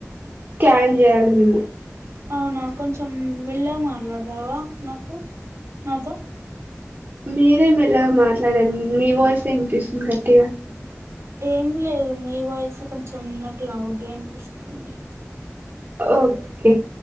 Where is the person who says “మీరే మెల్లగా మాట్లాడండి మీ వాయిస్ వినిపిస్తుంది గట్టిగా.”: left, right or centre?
Right